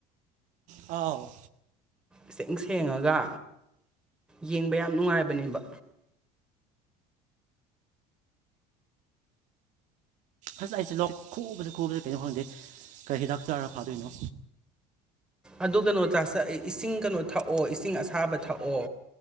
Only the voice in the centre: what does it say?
ꯏꯁꯦꯡ ꯁꯦꯡꯉꯒ ꯌꯦꯡꯕ ꯌꯥꯝ ꯅꯨꯡꯉꯥꯏꯕꯅꯦꯕ
ꯑꯗꯨ ꯀꯩꯅꯣ ꯆꯥꯁꯛ ꯏꯁꯤꯡ ꯀꯩꯅꯣ ꯊꯛꯑꯣ ꯏꯁꯤꯡ ꯑꯁꯥꯕ ꯊꯛꯑꯣ